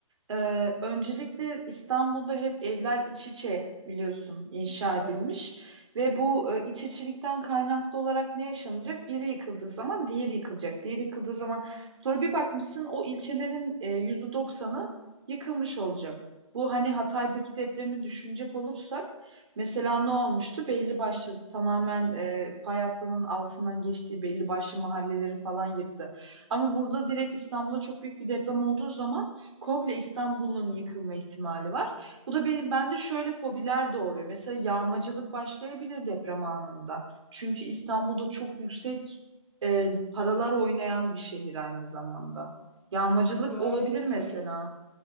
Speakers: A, on the right (about 60°); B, in the centre.
A: e, öncelikle İstanbul'da hep evler iç içe biliyorsun inşa edilmiş
B: Evet.
A: ve bu e, iç içilikten kaynaklı olarak ne yaşanacak? Biri yıkıldığı zaman diğeri yıkılacak. Diğeri yıkıldığı zaman sonra bir bakmışsın o ilçelerin e, yüzde doksanı yıkılmış olacak. Bu hani Hatay'daki depremi düşünecek olursak mesela ne olmuştu? Belli başlı tamamen e, fay hattının altından geçtiği belli başlı mahalleleri falan yıktı. Ama burada direkt İstanbul'da çok büyük bir deprem olduğu zaman komple İstanbul'un yıkılma ihtimali var. Bu da benim bende şöyle fobiler doğuruyor. Mesela yağmacılık başlayabilir deprem anında. Çünkü İstanbul'da çok yüksek e, paralar oynayan bir şehir aynı zamanda. Yağmacılık
B: Şöyle
A: olabilir
B: söyleyeyim.
A: mesela.